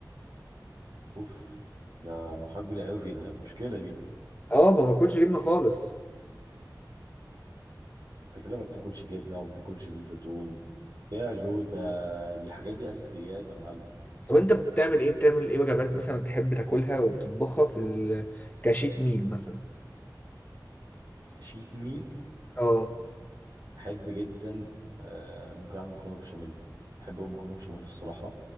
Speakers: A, on the right; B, on the left.
A: اوف ده مرحله كبيره قوي في ده مشكله دي
B: اه ما باكلش جبنه خالص
A: انت كده ما بتاكلش جبنه وما بتاكلش زيت زيتون فيها جوتا دي حاجات دي اساسيات يا معلم
B: طب انت بتعمل ايه بتعمل ايه وجبات مثلا تحب تاكلها وبتطبخها في ال- كشيت ميل مثلا
A: كشيت ميل
B: اه
A: احب جدا آه ممكن اعمل مكرونه بشاميل بحب اقول مكرونه بشاميل الصراحه